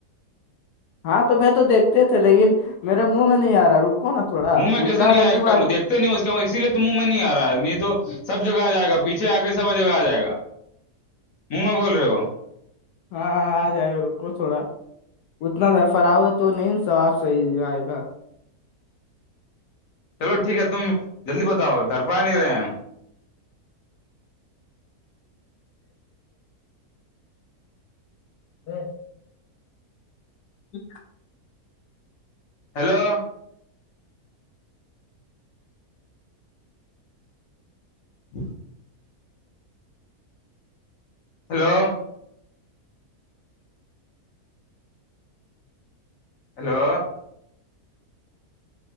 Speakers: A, on the left; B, on the left.
A: ہاں تو میں تو دیکھتے تھے لیکن میرے منہ میں نہیں آ رہا رکو نا تھوڑا
B: منہ میں
A: اتنا
B: کیسے نہیں
A: جلدی
B: آئے
A: ب
B: گا دیکھتے نہیں اس اسی لیے تو منہ میں نہیں آ رہا نہیں تو سب جگہ آ جائےا پیچھے آ کے سب جگہ آ جائے گا من میں بول رہے ہو
A: ہاں ہاں آ جائے گا رکو تھوڑا اتنا درفرا ہوگا تو نہیں س آاب صحیح آائے گا
B: چلو ٹھیک ہے تم جلدی بتاؤ دھرپڑا نک رہے ہیں
A: ہ ج
B: ہیلو ہ hello hello